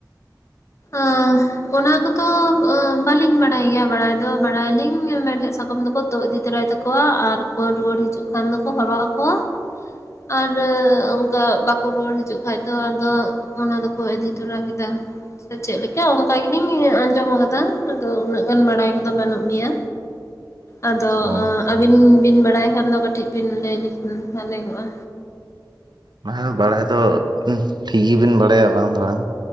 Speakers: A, on the left (about 40°); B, on the right (about 75°).
A: ᱟᱸ᱾ ᱚᱱᱟ ᱠᱚᱫᱚ ᱵᱟᱞᱤᱧ ᱵᱟᱲᱟᱭ ᱜᱮᱭᱟ ᱵᱟᱲᱟᱭ ᱫᱚ, ᱵᱟᱲᱟᱭᱟᱞᱤᱧ ᱢᱮᱲᱦᱮᱫ ᱥᱟᱠᱟᱢ ᱫᱚᱠᱚ ᱛᱳᱜ ᱤᱫᱤ ᱛᱚᱨᱟᱭ ᱛᱟᱠᱚ ᱠᱚᱣᱟ ᱟᱨ ᱠᱚ ᱨᱩᱣᱟᱹᱲ ᱦᱤᱡᱩᱜ ᱠᱷᱟᱱ ᱫᱚᱠᱚ ᱦᱚᱨᱚᱜ ᱟᱠᱚᱣᱟ᱾ ᱟᱨᱚ ᱚᱝᱠᱟ ᱵᱟᱠᱚ ᱨᱩᱣᱟᱹᱲ ᱦᱤᱡᱩᱜ ᱠᱷᱟᱡ ᱫᱚ ᱟᱫᱚ ᱚᱱᱟ ᱫᱚᱠᱚ ᱤᱫᱤ ᱛᱚᱨᱟ ᱠᱮᱫᱟ᱾ ᱥᱮ ᱪᱮᱫ ᱞᱮᱠᱟ ᱚᱝᱠᱟ ᱜᱮᱞᱤᱧ ᱟᱸᱡᱚᱢ ᱟᱠᱟᱫᱟ, ᱟᱫᱚ ᱩᱱᱟᱹᱜ ᱜᱟᱱ ᱵᱟᱲᱟᱭ ᱠᱚᱫᱚ ᱵᱟᱹᱱᱩᱜ ᱜᱮᱭᱟ᱾ ᱟᱫᱚ
B: ᱚ
A: ᱟᱸ ᱟᱵᱤᱱ ᱵᱤᱱ ᱵᱟᱲᱟᱭ ᱠᱷᱟᱱ ᱫᱚ ᱠᱟᱹᱴᱤᱡ ᱵᱤᱱ ᱞᱟᱹᱭ ᱞᱮᱠᱷᱟᱱ ᱵᱷᱟᱞᱮ ᱠᱚᱜ-ᱟ?
B: ᱢᱟᱦᱟ ᱵᱟᱲᱟᱭ ᱫᱚ ᱩᱸᱷ ᱴᱷᱤᱠ ᱜᱤᱵᱤᱱ ᱵᱟᱲᱟᱭᱟ ᱵᱟᱝ ᱫᱚ ᱵᱟᱝ᱾